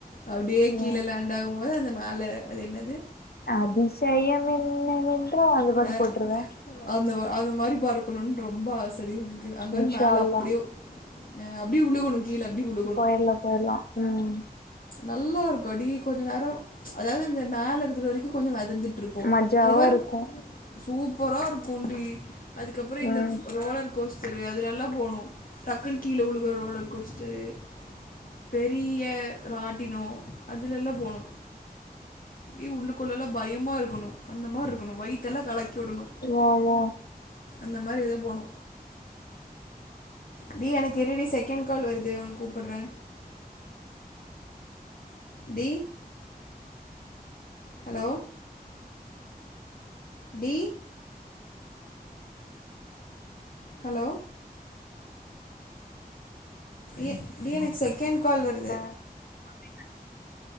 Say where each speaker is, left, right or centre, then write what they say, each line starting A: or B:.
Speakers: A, on the left; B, on the left.
A: அப்டியே
B: ஓ
A: கீழே லாண்டாகும்போது அந்த மேல அதுஎன்னது
B: அதிசயம் என்னவென்றொ அந்த பாட்டு
A: அஹ்
B: போட்டுருவே
A: அந்த அந்த மாரி பறகக்கணுன்னு ரொம்ப ஆசடி எனக்கு அங்கருந்து
B: இன்ஷா
A: மேல
B: அல்லா
A: அப்புடியோ அ அப்டி உளுகுனுக் கீழ அப்டி உள்
B: போயிட்ல்லா போயிட்ல்லா உம்
A: நல்ல ஒரு கடி கொஞ்சொ நேரொ அதாவ்து அந்த மேல இருக்கிற வரைக்கு கொஞ்சொ வதந்துட் துருப்போ
B: மஜாவா
A: அதுக்கப்பற
B: இருக்கு
A: சூப்பரா இருக்கூண்டி அதுக்கப்பற இந்த
B: ம்
A: ரோலர்கோஸ்தரு அதுலல்லா போணு டக்குன் கீழ உழுக ரோலர்கோஸ் சேர் பெரிய ராட்டினொ அதுலல்லா போனொ ஏ உள்ளண்டுக்குள்ளல்லா பயமாக இருக்கணு அந்த மார்ருக்கணு வயித்தெல்லா கலக்கிவுடுணு
B: ஓ ஓ
A: அந்த மாரி ஏதா போனு டீ எனக்இருடி செகண்ட் கால் வருது உனக் கூப்பிட்றே டீ ஹலோ டி ஹலோ ஏ டி எனக்கு செகண்ட் கால் வருது
B: ஆ